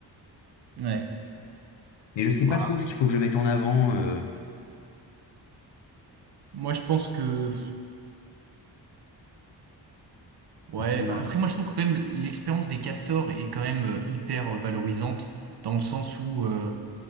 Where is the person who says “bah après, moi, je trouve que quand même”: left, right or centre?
Right